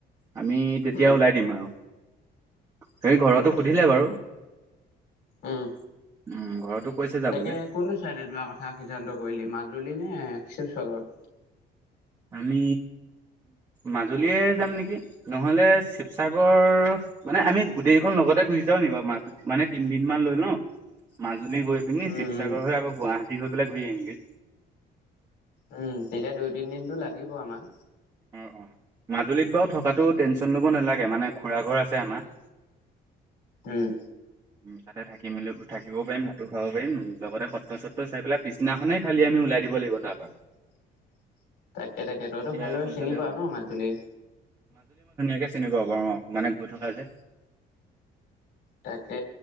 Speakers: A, on the right (about 20°); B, on the left (about 75°).
A: আমি তেতিয়া
B: উম
A: ওলাই দিম আৰু। সেই
B: তাকে
A: ঘৰতো
B: তাকে
A: সুধিলে বাৰু
B: উম
A: উম ঘৰতো। কৈছে যাবলে।
B: তাকে কোনটো চাইডে যোৱা কথা সিদ্ধান্ত কৰিলি মাজুলী নে শিৱসাগৰ।
A: আমি মাজুলীয়ে যাম নেকি নহ'লে শিৱসাগৰ। মানে আমি গোটেইকেইখন লগতে গুচি যাওঁ নি বাৰু মা মানে তিনিদিনমান লৈ ন। মাজুলী গৈ পিনি
B: উম,
A: শিৱসাগৰ হৈ আকৌ গুৱাহাটী হৈ পেলাই ঘূৰি আহিমগৈ।
B: উম তেতিয়া দুই তিন দিনটো লাগিব আমাক।
A: অঁ মাজুলীত বাৰু থকাটো টেনচন ল'ব নালাগে মানে খুৰা ঘৰ আছে আমাৰ।
B: উম।
A: উম তাতে থাকি মেলি থাকিব পাৰিম ভাতো খাব পাৰিম উ লগ সত্ৰ সত্ৰ চাই পেলাই পিছনাখনে খালি আমি ওলাই। দিব লাগিব তাৰপ পৰা।
B: <unintelligible> কেই তাকে তইতো
A: তেতিয়া
B: ভালদৰে
A: সোনকালে
B: চিনি পাৱ
A: হ'ব
B: ন মাজুলী।
A: তে চিনি পা বাৰ অঁ মানে গৈ থকা যে।
B: তাকে